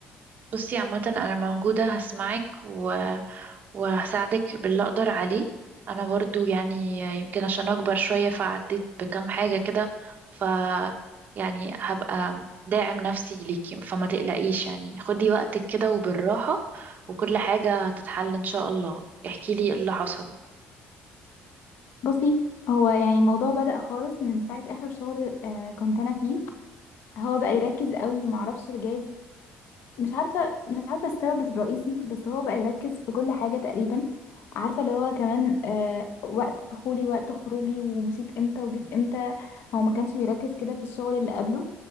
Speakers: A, on the right; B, on the left.
A: بصي عامة انا موجودة هسمعك و... وهساعدك باللي اقدر عليه انا برضو يعني يمكن عشان اكبر شوية فعديت بكام حاجة كده ف يعني هبقى داعم نفسي ليكي فما تقلقيش يعني خدي وقتك كده وبالراحة وكل حاجة هتتحل ان شاء الله احكي لي ايه اللي حصل
B: بصي هو يعني الموضوع بدأ خالص من ساعة اخر شغل آه، كنت انا فيه هو بقى يركز قوي معرفش جايز مش عارفة مش عارفة السبب الرئيسي بس هو بقى يركز في كل حاجة تقريبا عارفة اللي هو كمان آه وقت دخولي وقت خروجي ومشيت امتى وجيت امتى هو ما كانش بيركز كده في الشغل اللي قبله